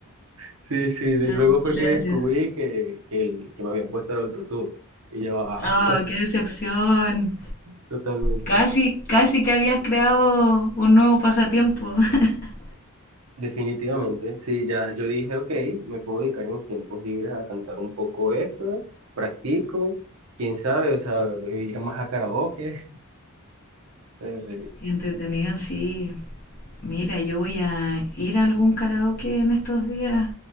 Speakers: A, on the right (about 80°); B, on the left (about 45°).
A: Sí, sí. de-
B: Ah,
A: Luego fue
B: claro.
A: que descubrí que, que, el, que me habían puesto el autotune. Y yo, ah,
B: Oh,
A: <laughs>
B: qué decepción.
A: totalmente.
B: Casi, casi que habías creado un nuevo pasatiempo. <laughs>
A: Definitivamente, sí, ya yo dije, ok, me puedo dedicar en mis tiempos libres a cantar un poco esto, practico, quién sabe, o sea, ir más a karaoke. <laughs> eh,
B: Qué entretenido, sí. Mira, yo voy a ir a algún karaoke en estos días